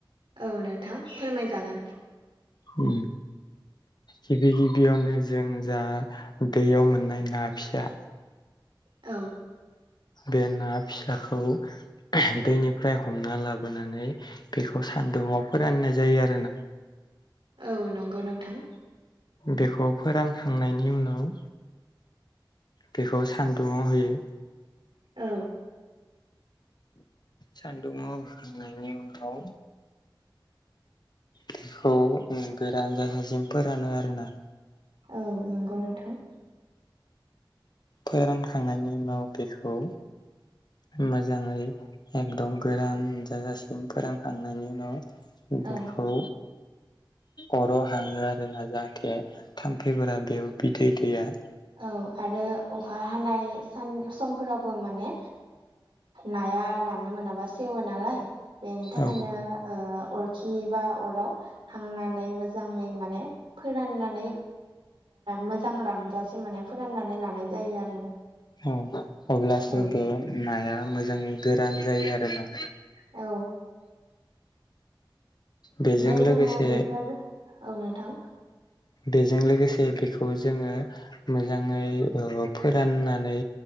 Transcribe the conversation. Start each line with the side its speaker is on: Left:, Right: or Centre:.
Right: औ नोंथां फोरमायजागोन।
Left: ओम। गिबि गिबियावनो जों जा दैयाव मोननाय ना फिसा
Right: औ
Left: बे ना फिसाखौ दैनिफ्राय हमना लाबोनानै बेखौ सान्दुंआव फोराननाय जायो आरोना।
Right: औ नंगौ नोंथां।
Left: बेखौ फोरानखांनायनि उनाव बेखौ सान्दुङआव होयो।
Right: औ
Left: सान्दुुंङआव होननायनि उनाव बेखौ गोरान जाखासिम फोरानो आरोना।
Right: औ नंगौ नोंथां।
Left: फोरानखांनायनि उनाव बेखौ मोजाङै एकदम गोरान जाजासिम फोरानखांनायनि उनाव बेखौ
Right: औ
Left: अराव हाङो आरोना जाहाथे थाम्फैफोरा बेआव बिदै दैया।
Right: औ आरो अखा हानाय सान समफोरावबो माने नाया राननो मोनाबा सेवो नालाय बेनि थाखायनो
Left: औ
Right: ओ अरखि बा अराव हांनानै मोजाङै माने फोराननानै मोजां रानजासिम माने फोराननानै लानाय जायो आरोना।
Left: औ अब्लासो
Right: औ
Left: बे नाया मोजाङै गोरान जायो आरोना।
Right: औ
Left: बेजों
Right: ओमफाय
Left: लोगोसे
Right: जोङो बेफोर औ नोंथां।
Left: बेजों लोगोसे बेखौ जोङो मोजाङै ओ फोराननानै